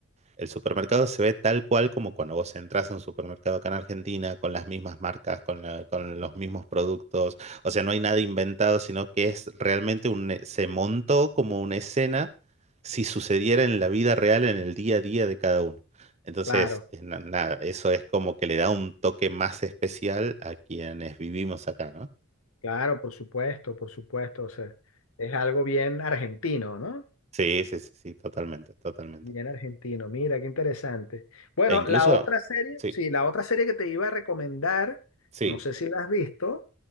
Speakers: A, on the right (about 30°); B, on the left (about 70°).
A: El supermercado se ve tal cual como cuando vos entras a un supermercado acá en Argentina, con las mismas marcas, con, la- con los mismos productos. O sea, no hay nada inventado, sino que es realmente un, eh, se montó como una escena si sucediera en la vida real, en el día a día de cada uno. Entonces,
B: claro,
A: eh, na- nada, eso es como que le da un toque más especial a quienes vivimos acá, ¿no?
B: claro, por supuesto, por supuesto. O sea, es algo bien argentino, ¿no?
A: Sí, sí, sí, sí, totalmente, totalmente.
B: Bien argentino, mira, qué interesante. Bueno,
A: E incluso,
B: la otra serie,
A: sí,
B: sí, la otra serie que te iba a recomendar,
A: sí.
B: no sé si la has visto,